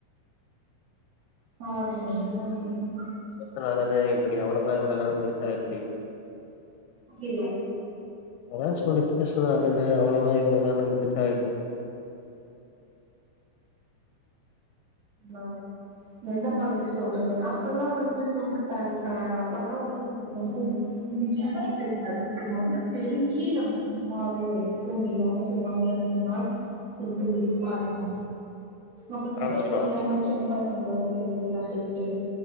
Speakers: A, on the right; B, on the left.
A: <unintelligible>
B: சும்மாதன எப்புடி அவ்வுங்களதா இவ்வுங்களதானு முடிச்சா எப்புடி
A: புரியலே
B: வர <unintelligible> என்னங்க அவ்ளோத இவ்ளோதானு முடிச்சா எப்புடி
A: நானு எந்த மாதிரி சொல்றது நா இப்பல்லா வந்து ந்து ரொம்ப <unintelligible> அப்பெல்லா வந்து ரொம்ப கொஞ்சோ <inaudible> தெரிஞ் ஜி நம்ம சும்மாவே ஃபோன் இல்லாம சும்மாவே கொஞ்சமா ரொம்ப வெருப்பாருக்கு அப்ப நம்பர்
B: காமிச்சுக்குவா
A: தெரியாம சின்ன பசங்களோட சேர்ந்து விள்ளாடி <inaudible> இப்ப‌